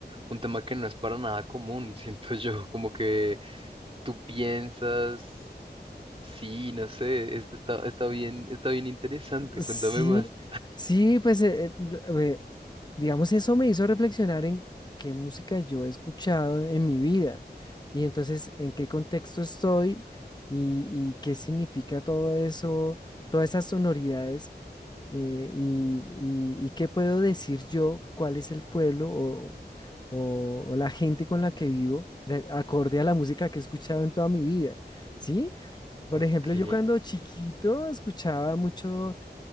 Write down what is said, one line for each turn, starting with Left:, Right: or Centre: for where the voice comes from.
Right: un tema que no es para nada común, <laughs> siento yo, como que tú piensas, sí, no sé, es- está, está bien, está bien interesante,
Left: Sí,
Right: cuéntame más.
Left: sí, pues eh, eh, eh, digamos, eso me hizo reflexionar en qué música yo he escuchado en mi vida y entonces en qué contexto estoy y, y qué significa todo eso, todas esas sonoridades eh, y, y- y qué puedo decir yo, cuál es el pueblo o, o- o la gente con la que vivo, de, acorde a la música que he escuchado en toda mi vida, ¿sí? Por
Right: Ok.
Left: ejemplo, yo cuando chiquito escuchaba mucho